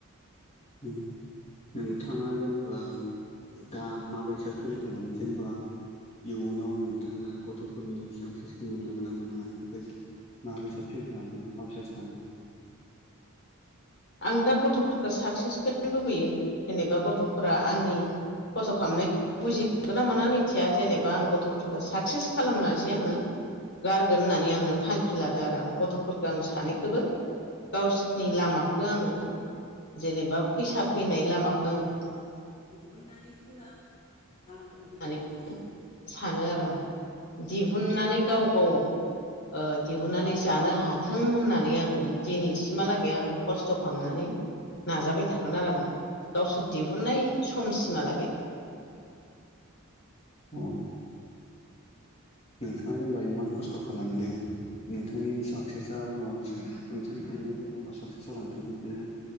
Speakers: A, on the left; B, on the left.
A: उम नोंथाङा जेनेबा दा माबायसा फिल खालामो जेनेबा इयुनाव नोंथाङा गथ'फोरनि साक्सेसखौ मोनलाङो ना मोनलाङा इफोरखो इसे माबायसा फिल खालामगोन जेनेबा मा बिसा सानो
B: आं दा गथ'फोरखो साक्सेसखोनो लुबैयो जेनेबा गथ'फोरा आंनि खस्थ' खालामनाय बुजिमोनगोना मोना मिथिया जेनेबा आं गथ'फोरखौ साक्सेस खालामनोसै आङो गारगोन होननानै आङो थांखि लादो आरो आं गथ'फोरखो आं सानैखौबो। गावसिनि लामाखो आङो जेनेबा फैसा फैनाय लामाखो आङो
A: <unintelligible>
B: होननानै सानो आरो आं दिहुननानै गाव गाव ओ दिहुननानै जानो हाथों होननानै आङो दिनैसिमहालागै आङो खस्थ' खामनानै नाजाबाय थागोन आरो आङो गावसोर दिहुननाय समसिमहालागै।
A: उम नोंथाङा जेनबा इमान खस्थ' खालामदो नोंथांनि साक्सेसआ उनाव नोंथां सानाय या उनाव साक्सेस जालांथों बेखोनो